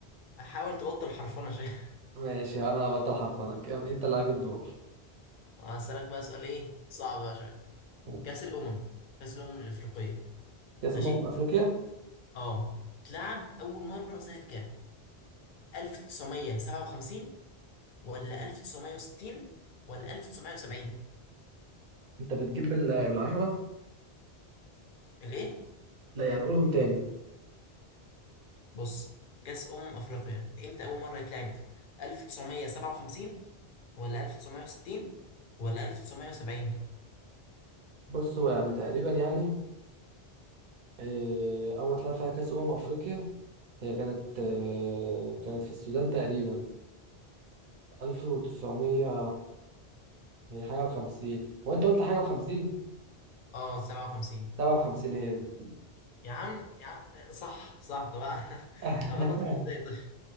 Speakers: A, on the left; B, on the right.
A: حاول تبطل حرفنة شوية
B: ماشي أنا هبطل حرفنك أم- أنت اللي عليك الدور
A: <laughs> آه، هسألك بقى سؤال إيه صعب بقى شوية
B: ماشي.
A: كأس الأمم كأس الأمم الإفريقية
B: كأس
A: ماشي؟
B: أمم أفريقيا
A: اه اتلعب أول مرة سنة كام؟ 1957 ولا 1960 ولا 1970
B: أنت بتجيب بال- بالعشرة
A: الايه
B: لا يعني قولهم تاني
A: بص كأس أمم أفريقيا امتى أول مرة يتلعب 1957 ولا 1960 ولا 1970
B: بص هو يعني تقريبا يعني إيه، أول ما طلع فيها كأس أمم أفريقيا هي كانت آه، كانت في السودان تقريبا ألف وتسعمية هي حاجة وخمسين هو أنت قلت حاجة وخمسين
A: اه 57
B: سبعة وخمسين هي دي
A: يا عم يا عم صح صح طب <laughs>
B: <laughs>
A: اغلطك ازاي طيب